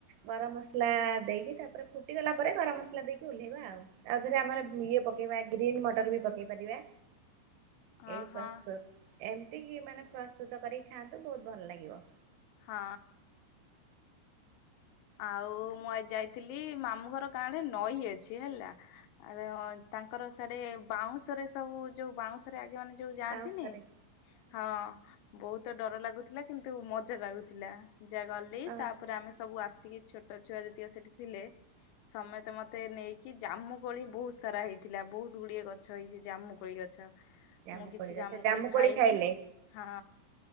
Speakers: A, on the right (about 75°); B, on the left (about 85°).
A: ଗରମ ମସଲା ଦେଇକି ତାପରେ ଫୁଟିଗଲା ପରେ ଗରମ ମସଲା ଦେଇକି ଓହ୍ଲାଇବା ଆଉ। ତାପରେ ଆମର ଇଏ ପକେଇବା ଗ୍ରୀନ୍ ମଟର ବି ପକେଇ ପାରିବା।
B: ହଁ
A: ଏଇ ପ୍ରସ୍ତୁତ
B: ହଁ
A: ଏମିତି କି ମାନେ ପ୍ରସ୍ତୁତ କରିକି ଖାଆନ୍ତୁ ବହୁତ ଭଲ ଲାଗିବ।
B: ହଁ। ଆଉ ମୁଁ ଆଜି ଯାଇଥିଲି ମାମୁଁ ଘର ଗାଁରେ ନଈ ଅଛି ହେଲା। ଆ ତାଙ୍କର ସେଇଆଡେ ବାଉଁଶରେ ସବୁ ଯୋଉ ବାଉଁଶ। ଆଗ ମାନେ ଯୋଉ ଯାଆନ୍ତିନି
A: ପାଉଁଶରେ
B: ହଁ। ବହୁତ ଡର ଲାଗୁଥିଲା କିନ୍ତୁ ମଜା ଲାଗୁଥିଲା ଯାହା ଗଲି
A: ହଁ
B: ତା ତାପରେ ଆମେ ସବୁ ଆସିକି ଛୋଟ ଛୁଆ ଯେତିକ ସେଠି ଥିଲେ। ସମେତେ ମତେ ନେଇକି ଜାମୁ କୋଳି ବହୁତ ସାରା ହେଇଥିଲା ବହୁତ ଗୁଡିଏ ଗଛ ହେଇଛି ଜାମୁକୋଳି ଗଛ। ଆଛା
A: ଜାମୁକୋଳି
B: ମୁଁ କିଛି
A: ଗଛ
B: ଜାମୁକୋଳି ଖାଇଲି।
A: ଖାଇଲେ
B: ହଁ